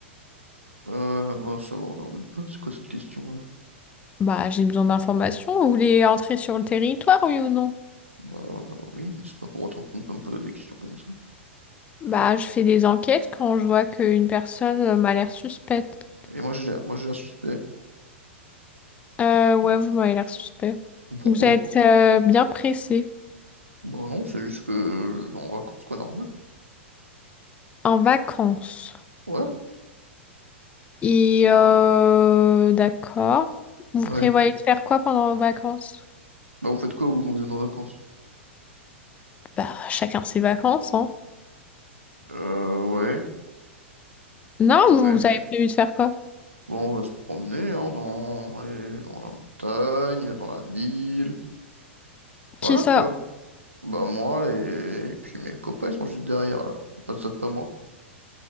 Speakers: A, on the right (about 85°); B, on the left (about 20°).
A: Euh, bah, ça vous regarde pas, c'est quoi cette question-là?
B: Bah, j'ai besoin d'informations. Vous voulez entrer sur le territoire, oui ou non?
A: Bah, oui, mais c'est pas pour autant qu'on peut me poser des questions comme ça.
B: Bah, je fais des enquêtes quand je vois qu'une personne euh, m'a l'air suspecte.
A: Et moi, j'ai l'air, moi, j'ai l'air suspect.
B: Euh, ouais, vous m'avez l'air suspect.
A: Pourquoi?
B: Vous êtes euh, bien pressé.
A: Bon, non, c'est juste que je vais en vacances, quoi, normal.
B: En vacances.
A: Ouais?
B: Et euh, d'accord. Vous
A: Ouais.
B: prévoyez de faire quoi pendant vos vacances?
A: Bah, vous faites quoi, vous, quand vous êtes en vacances?
B: Bah, chacun ses vacances, hein.
A: Euh, ouais.
B: Non,
A: Ouais.
B: vous avez prévu de faire quoi?
A: Bon, on va se promener, hein, dans, les- dans la montagne, dans la ville.
B: Qui
A: Voilà,
B: ça?
A: quoi. Bah, moi et... et puis mes copains, ils sont juste derrière, là. Ils passent après moi.